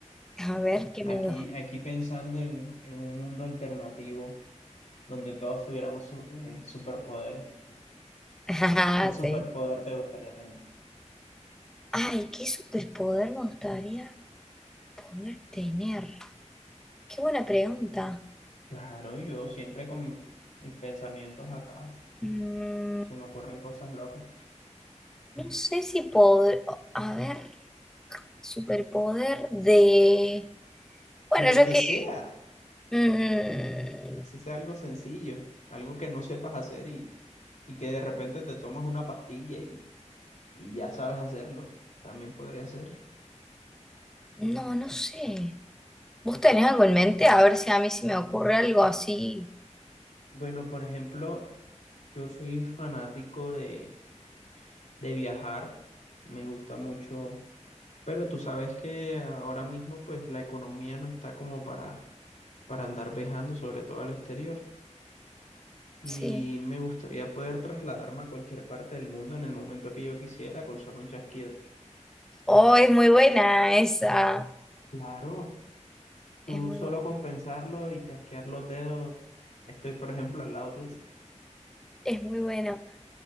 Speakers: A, in the centre; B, on the left.
A: A ver, qué
B: Aquí,
A: miedo.
B: aquí pensando en, en un mundo alternativo donde todos tuviéramos su- eh, superpoderes.
A: <laughs> Ajá,
B: ¿Qué superpoder
A: Sí.
B: te gustaría tener?
A: Ay, ¿qué superpoder me gustaría poder tener? Qué buena pregunta.
B: Claro, yo siempre con mis pensamientos acá.
A: Mm,
B: Se me ocurren cosas locas.
A: No sé si poder, a ver, superpoder de,
B: <laughs>
A: bueno,
B: De lo
A: ya
B: que
A: que,
B: sea,
A: mm,
B: si sea algo sencillo, algo que no sepas hacer y, y que de repente te tomas una pastilla y, y ya sabes hacerlo, también podría ser.
A: no, no sé. ¿Vos tenés algo en mente? A ver si a mí se me ocurre algo así.
B: Bueno, por ejemplo, yo soy fanático de, de viajar, me gusta mucho, pero tú sabes que ahora mismo pues la economía no está como para, para andar viajando, sobre todo al exterior. y
A: Sí.
B: me gustaría poder trasladarme a cualquier parte del mundo en el momento que yo quisiera con solo un chasquido.
A: Oh, es muy buena esa.
B: Claro, tú
A: Es muy,
B: solo
A: bu-
B: con pensarlo y chasquear los dedos, estoy, por ejemplo, al lado tuyo.
A: es muy buena.